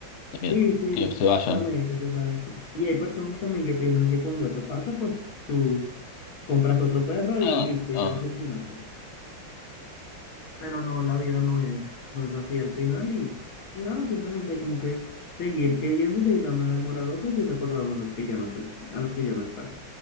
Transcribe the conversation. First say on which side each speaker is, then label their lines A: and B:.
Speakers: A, on the left (about 60°); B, on the left (about 80°).
A: también,
B: Sí, sí,
A: que se vayan.
B: también hay que aceptar eso. Y hay personas también que piensan que cuando eso pasa, pues tú compras otro perro
A: Ah,
B: y, y listo, ya
A: ah,
B: lo solucionaste. Pero no, la vida no es, no es así al final y, y nada, simplemente hay como que seguir queriendo, seguir dando el amor a otros y recordando a los que ya no, se- a los que ya no están.